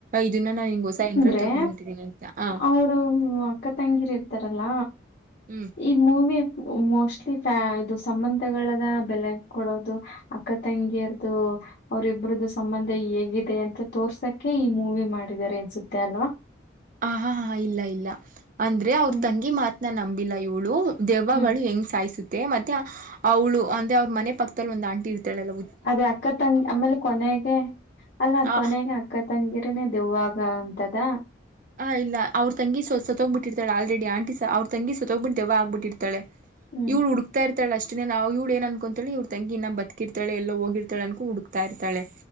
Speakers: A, on the right; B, on the left.
A: ಇದನ್ನ ನಾನ್ ಹಿಂಗ್ ಹೊಸ ಯಂತ್ರ
B: ದ್ರೆ
A: ತಗೊಂಡಿದ್ದೀನಿ ಅಂತ ಹ
B: ಅವರು ಅಕ್ಕ ತಂಗಿರಿ ಇರ್ತಾರಲ್ಲ.
A: ಹ್ಮ್.
B: ಈ ಮೂವಿ ಮೋಸ್ಟ್ಲಿಫ ಇದು ಸಂಬಂಧಗಳದ ಬೆಲೆ ಕೊಡೋದು. ಅಕ್ಕ ತಂಗಿಯರದು ಅವ್ರ ಇಬ್ಬರದೂ ಸಂಬಂಧ ಹೇಗಿದೆ ಅಂತ ತೋರ್ಸಕ್ಕೆೆ ಈ ಮೂವಿ ಮಾಡಿದ್ದಾರೆ ಅನ್ಸುತ್ತೆ ಅಲ್ವಾ.
A: ಹ ಹಾ ಹಾ ಇಲ್ಲ ಇಲ್ಲ ಅಂದ್ರೆ ಅವ್ರ
B: ಹ್ಮ್
A: ತಂಗಿ ಮಾತ್ನ ನಂಬಿಲ್ಲ ಇವಳು. ದೆವ್ವಗಳು
B: ಹ್ಮ್
A: ಹೆಂಗ್ ಸಾಯಿಸುತ್ತೆ ಮತ್ತೆ ಅವ್ಳು ಅಂದೆ ಅವ್ರ ಮನೆ ಪಕ್ಕದಲ್ಲಿ ಒಂದಂದು ಆಂಟಿ ಇರ್ತಾಳೆಲ್ಲ
B: ಅದೇ ಅಕ್ಕ ತಂಗಿ ಆಮೇಲೆ ಕೊನೆಗೆ ಅಲ್ಲ
A: ಆ
B: ಕೊನೆಗೆ ಅಕ್ಕ ಅಕ್ಕ ತಂಗಿರನೇ ದೆವ್ವಾ ಆಗೋ ಅಂತದ.
A: ಹಾ ಇಲ್ಲ ಅವ್ರ ತಂಗಿ ಸ ಸತ್ತೋಗ ಹೋಗ್ಬಿಟ್ಟಿರ್ತಾಳ ಆಲ್ರೆಡಿ ಆಂಟಿ ಸ ಅವ್ರ ತಂಗಿ ಸತ್ತೋಗ ಹೋಗ್ಬಿಟ್ಟುವ್ ಆಗ್ಬಿಟ್ಟಿತಳೆ.
B: ಹ್ಮ್
A: ಇವ್ಳ ಹು ಹತ ಇತಳೆ ಅಷ್ಟೇ ನಾವು ಇವಳ ಏನ ಅನ್ಕೊಂತಾಳೆ ಇವ್ರ ತಂಗಿ ಇನ್ನ ಬದ್ಕಿರ್ತಾಳೆ ಎಲ್ಲೊ ಹೋಗಿತಾಳನ್ಕೊಂಡ ಹುಡ್ತಾ ಇರ್ತಳೆ.